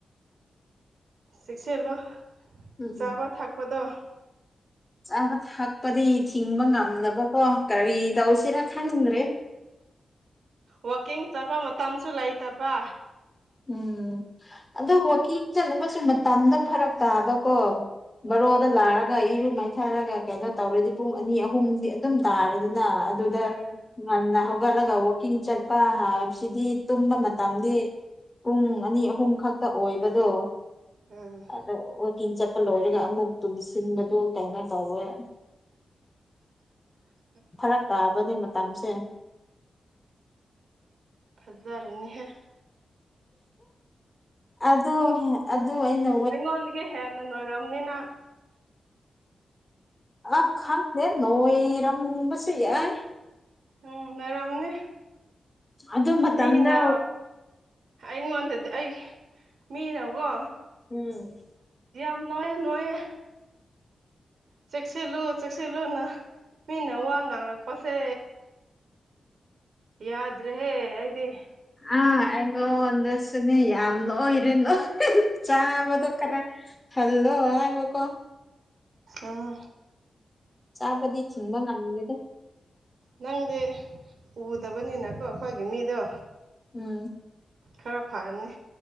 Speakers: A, on the right; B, on the left.
A: ꯆꯦꯛꯁꯤꯜꯂꯣ
B: ꯎꯝ
A: ꯆꯥꯕ
B: ꯎꯝ
A: ꯊꯛꯄꯗꯣ
B: ꯆꯥꯕ ꯊꯛꯄꯗꯤ ꯊꯤꯡꯕ ꯉꯝꯗꯕꯀꯣ ꯀꯔꯤ ꯇꯧꯁꯤꯔ ꯈꯪꯗ꯭ꯔꯦ
A: ꯋꯀꯤꯡ ꯆꯠꯄ ꯃꯇꯝꯁꯨ ꯂꯩꯇꯕ
B: ꯎꯝ ꯑꯗꫭ ꯋꯀꯤꯡ ꯆꯠꯅꯕꯁꯨ ꯃꯇꯝꯗꫭ ꯐꯔꯛ ꯇꯥꯕꯀꯣ ꯕꯣꯔꯣꯗ ꯂꯥꯛꯒ ꯏꯔꯨ ꯃꯥꯏꯊꯔꯒ ꯀꯩꯅꯣ ꯇꯧꯔꯗꯤ ꯄꯨꯡ ꯑꯅꯤ ꯑꯍꯨꯝꯗꯤ ꯑꯗꯨꯝ ꯇꯥꯔꯅꯤ ꯅ ꯑꯗꯨꯗ
A: ꯎꯝ
B: ꯉꯟꯅ ꯍꯧꯒꯂꯒ ꯋꯥ ꯋꯥꯀꯤꯡ ꯆꯠꯄ ꯍꯥꯏꯕꯁꯤꯗꯤ ꯇꯨꯝꯕ ꯃꯇꯝꯗꯤ ꯄꯨꯡ ꯑꯅꯤ ꯑꯍꯨꯝ ꯈꯛꯇ ꯑꯣꯏꯕꯗꯣ
A: ꯎꯝ
B: ꯑꯗꯣ ꯋꯥꯀꯤꯡ ꯆꯠꯄ ꯂꯣꯏꯔꯒ ꯑꯃꯨꯛ ꯇꯨꯝꯁꯤꯟꯕꯗꯨ ꯀꯩꯅꯣ ꯇꯧꯔꯦ
A: <inaudible>
B: ꯐꯔꯛ ꯇꯥꯕꯅꯦ ꯃꯇꯝꯁꯦ
A: ꯐꯖꯥꯔꯅꯤꯍ‌ꯦ
B: ꯑꯗꯣ ꯑꯗꯣꯑꯩꯅ
A: ꯑꯩꯉꯣꯟꯗꯒꯤ ꯍꯦꯟꯅ ꯅꯣꯏꯔꯝꯅꯤ ꯅꯪ
B: ꯑ ꯈꯪꯗꯦ ꯅꯣꯏꯔꯝꯕꯁꯨ ꯌꯥꯏ
A: ꯎꯝ ꯂꯩꯔꯝꯅꯤ
B: ꯑꯗꯨ ꯃꯇꯝꯗ
A: ꯃꯤꯅ ꯑꯩꯉꯣꯟꯗꯗꯤ ꯑꯩ ꯃꯤꯅꯀꯣ
B: ꯎꯝ
A: ꯅꯣꯌꯦ ꯅꯣꯌꯦ ꯆꯦꯛꯁꯤꯜꯂꯨ ꯆꯦꯛꯁꯤꯜꯂꯨꯅ ꯃꯤꯅ ꯋꯥ ꯉꯥꯡꯂꯛꯄꯁꯦ ꯌꯥꯗ꯭ꯔꯦ ꯍꯦ ꯑꯩꯗꯤ
B: ꯑꯥ ꯑꯩꯉꯣꯟꯗꯁꯨꯅꯦ ꯌꯥꯝ ꯅꯣꯏꯔꯦ ꯅꯣꯏꯔꯦ ꯆꯥꯕꯗꯣ ꯈꯔ ꯍꯜꯂꯣ ꯍꯥꯏꯕꯀꯣ
A: ꯑꯣ
B: ꯆꯥꯕꯗꯤ ꯊꯤꯡꯕ ꯉꯝꯗꯦꯗ
A: ꯅꯪꯗꯤ ꯎꯗꯕꯅꯤꯅꯀꯣ ꯑꯩꯈꯣꯏꯒꯤ ꯃꯤꯗꯣ
B: ꯎꯝ
A: ꯈꯔ ꯐꯥꯔꯅꯤ